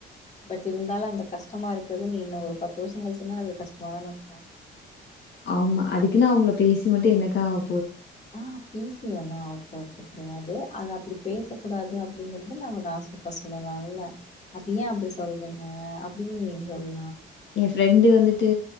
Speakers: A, on the left; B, on the left.
A: பட் இருந்தாலும் அந்த கஷ்டமா இருக்கு நீ இன்னும் ஒரு பத்து வருஷம் கழச்சுன்னால அது கஷ்டமா தானே இருக்கும்
B: ஆமா அதுக்குன்னா அவங்கள பேசி மட்டும் என்னக்கா ஆவ
A: ஆ பேசிணு ஒன்ன போறதுக்கு கிடையாது அது அப்படி பேசக்கூடாது அப்படிங்கறத நம்ம நாசக்கா சொல்லலால அது ஏன் அப்படி சொல்றீங்க <unintelligible> நீ சொல்
B: என் ஃப்ரெண்டு வந்துட்டு